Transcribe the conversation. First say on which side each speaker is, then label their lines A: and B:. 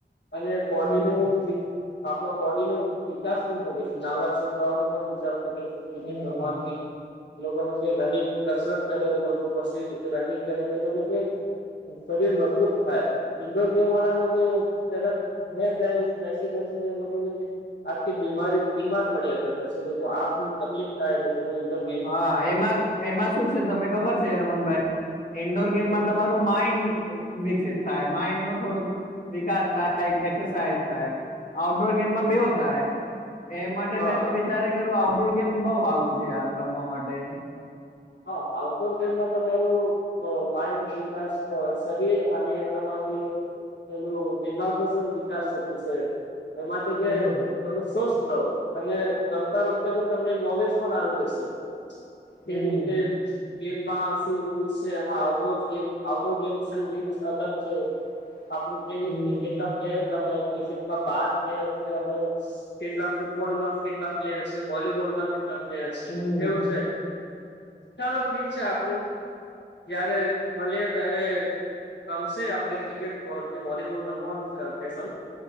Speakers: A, on the left; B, on the left.
A: અને બોડીને
B: હમ.
A: ફિટ આપણા બોડીને. વિકાસ પણ કરે છે, નવા ક્ષેત્રનો પણ વિકાસ કરે છે, ક્રિકેટમાંથી.
B: હમ
A: એ લોકોને છે, રનિંગ કસરત કરે, લોકો પછી રનિંગ ક્યારે તોએ લોકો છે. શરીર મજબૂત થાય. ઇન્ડોરગેમ વાળા જે શરદ મેરભાઈ બેસી દેસી લોકોને જે આથી બીમારી બીમાર પડ્યા હતાશે, લોકો આંખ ની તકલીફ થાય એ. <unintelligible>
B: હા, એમાં શું તને ખબર છે? રમનભાઈ ઈન્ડોર ગેમમાં
A: હમ
B: તમારું માઇન્ડ વિકસિત થાય, માઇન્ડ નું થોડું વિકાસ થાય, એક એક્સરસાાઈઝ થાય. આઉટડોર ગેમમાં
A: હમ
B: બેવ થાય, એમ માટે
A: હા
B: મેં તો વિચારે કરું. આઉટડોર ગેમ બઉ સારું છે, યાર રમવા માટે.
A: હા, આઉટડોર ગેમમાં તમારે તો અને તમારી પેલું દિમાગ ન પણ વિકાસ થતું છે, એ માટે
B: હમ
A: કે તમે સ્વસ્થ રહો, અને રમતા-રમતા જે તમને નોલેજ પણ આવી જશે. કેવી
B: હમ
A: રીતે? ગેમમાં શી રૂલ્સ છે, એમાં outdoor game outdoor games rules અલગ છે.
B: <unintelligible>
A: આપડું કેવી
B: હમ
A: રીતે કેટલા પ્લેયર અસેટમાં બાર પ્લેયર છે, અમે. કેટલા કેટલા પ્લેયર છે? વોલીબોલમાં કેટલા પ્લેયર છે?
B: હમ
A: કેવું ચાલો ઠીક છે, આપડે જયારે મળીએ ત્યારે. ગમશે આપડે ક્રિકેટ કે, વોલીબોલ રમવાનું પસંદ